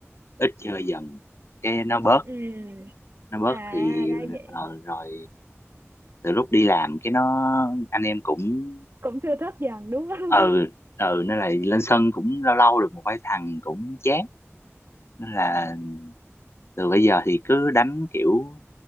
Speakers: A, on the left; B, on the right.
A: ít chơi dần cái nó bớt
B: ừ
A: nó bớt
B: à
A: thì
B: ra vậy
A: ờ, rồi từ lúc đi làm cái nó anh em cũng
B: cũng thưa thớt dần đúng không
A: ờ
B: <laughs>
A: ờ nên là lên sân cũng lâu lâu được một vài thằng cũng chán nên là
B: à
A: từ bây giờ thì cứ đánh kiểu